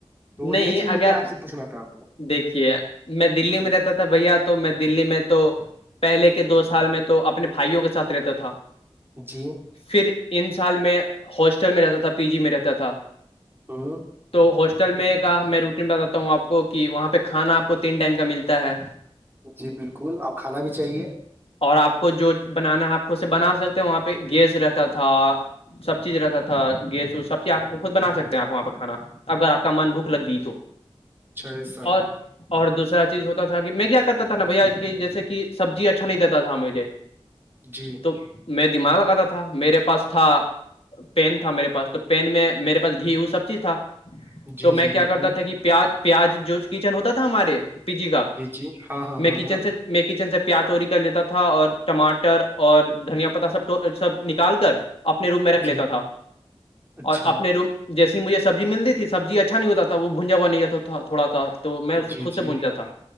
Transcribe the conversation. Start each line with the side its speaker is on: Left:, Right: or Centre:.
Right: تو
Left: نہیں
Right: یہی چیز مجھے
Left: اگر
Right: آپ سے پوچھنا تھا
Left: دیکھیے میں دللی
Right: جی
Left: میں رہتا تھا بھیا تو میں دللی میں تو <unintelligible> پہلے کے دو سال میں تو اپنے بھائیوں کے ساتھ رہتا تھا
Right: جی
Left: پھر ان سال میں ہاسٹل میں رہتا تھا پی جی میں رہتا تھا
Right: ہو <unintelligible>
Left: تو ہاسٹل میں کا میں روٹین بتاتا ہوں آپ کو کو کہ وہاں پہ کھانا آپ کو تین ٹائم کا ملتا ہے
Right: جی بالکل اور کھانا بھی چاہیے
Left: اور آپ کو جو بنانا آپ خود سے بنا سکتے ہیں وہاں پہ گیس رہتا تھا سب چیز رہتا تھا گیس ووس سب چیز آپ کو خود بنا سکتے ہیں آپ وہاں پہھانا اگر آپ کا من بھوک لگ گئی تو
Right: چھ سو
Left: اور اور دوسر چیز ہوتا تھا کہ میں کیا کرتا تھا نا بھیا کہ جیسے کہ سبزی اچھا نہیں دیتا تھا مجھے
Right: جی
Left: تو میں دماغ لگاتا تھا میرے پاس تھا پین تھا میرے پاس تو پین میں میرے پاس گھی وہ سب چیز تھا
Right: جی
Left: تو میں
Right: جی
Left: کیا
Right: بالکل
Left: کرتا تھا کہ پیاز پیاز جو کچن ہوتا تھا ہمارے پی جی کا
Right: جی ہاں ہاں
Left: میں
Right: ہاں
Left: کچن
Right: ہاں
Left: سے میں کچن سے پیاز چوری کر لیتا تھا اور ٹماٹر اور دھنیا پتتا سب سب نکال کر اپنے روم میں رکھ لیتا
Right: جی
Left: تھا
Right: اچھا
Left: اور اپنے روم جیسی مجھے سبزی مل تھی سبزی اچا نہیں ہوتا تھا وہ بھجا نہیں ہوتا تھا تھوڑا تھا <unintelligible> تو میں اس کو
Right: جی
Left: خود سے
Right: جی
Left: بونجا تھا